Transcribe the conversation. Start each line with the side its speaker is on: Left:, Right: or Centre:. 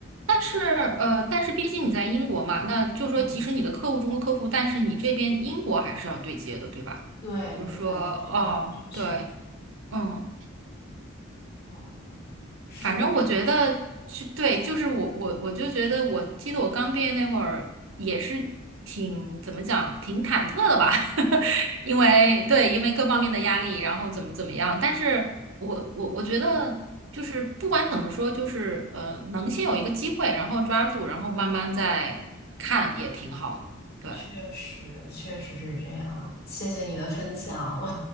Right: 但是呃，但是毕竟你在英国嘛，那就是说即使你的客户中国客户，
Left: 嗯，
Right: 但是你这边英国还是要对接的，对吧？
Left: 对对，
Right: 就是说，哦，
Left: 是这方面的需求。
Right: 对，嗯。
Left: 嗯，是的。
Right: 反正我觉得是对，就是我我我就觉得，我记得我刚毕业那会儿也是挺怎么讲，挺忐忑的吧，<laughs> 因为对，因为各方面的压力，然后怎么怎么样。但是我我我觉得就是不管怎么说，就是呃，能先有一个机会，然后抓住，然后慢慢再看也挺好的。对
Left: 确实，确实是这样。谢谢你的分享，<laughs> 我